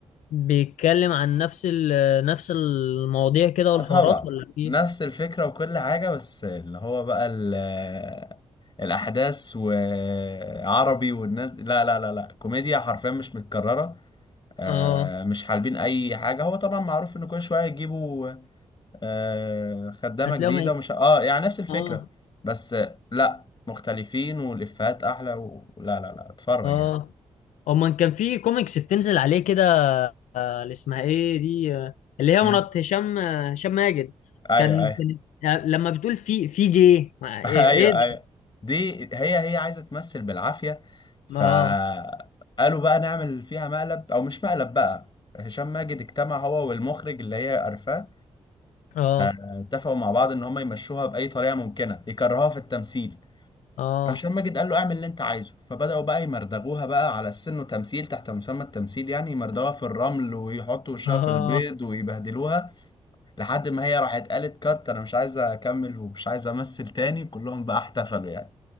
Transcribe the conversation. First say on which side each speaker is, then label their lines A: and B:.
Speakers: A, on the left (about 80°); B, on the left (about 40°).
A: بيتكلم عن نفس ال نفس المواضيع كده والحوارات
B: آه، طبعا
A: ولا في
B: نفس الفكرة وكل حاجة بس اللي هو بقى ال- آه، الأحداث وعربي والناس دي- لا لا لا لا كوميديا حرفيا مش متكررة آه
A: اه
B: مش حالبين أي حاجة هو طبعا معروف إن كل شوية يجيبوا آه خدامة
A: هتلاقيهم
B: جديدة
A: هي...
B: ومش اه يعني نفس الفكرة
A: اه
B: بس آه، لا مختلفين والإفيهات أحلى ولا لا لا لا، اتفرج
A: اه
B: يعني
A: امال كان في كوميكس بتنزل عليه كده آه، اللي اسمها ايه دي آه، اللي هي
B: مم.
A: مرات هشام آه، هشام ماجد
B: أيوه
A: كان
B: أيوه
A: كان- آه، لما بتقول في في جي ما-
B: <laughs>
A: ايه
B: ايوه
A: إيه ده
B: ايوه دي هي هي عايزه تمثل بالعافيه فقالوا
A: اه
B: بقى نعمل فيها مقلب او مش مقلب بقى هشام ماجد اجتمع هو والمخرج اللي هي قرفاه
A: اه
B: اتفقوا مع بعض ان هم يمشوها باي طريقه ممكنه يكرهوها في التمثيل
A: اه
B: فهشام ماجد قال له اعمل اللي انت عايزه فبداوا بقى يمردغوها بقى على السن وتمثيل تحت مسمى التمثيل يعني يمردغوها في الرمل ويحطوا وشها
A: اه
B: في البيض ويبهدلوها لحد ما هي راحت قالت كات انا مش عايزه اكمل ومش عايزه امثل تاني كلهم بقى احتفلوا يعني